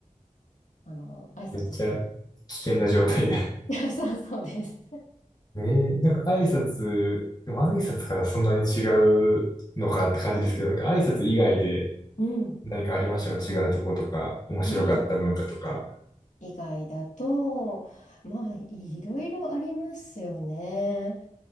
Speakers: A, on the left (about 65°); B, on the left (about 30°).
A: あのー挨拶したり。
B: めっちゃ危険な状態で
A: <laughs> そうそうです。
B: ええなんか挨拶、でも挨拶からそんなに違うのかって感じですけど、なんか挨拶以外で
A: <laughs> うん。
B: 何かありましたか違うとことか、面白かった文化とか。
A: 挨拶以外だと、まあ、いろいろありますよね。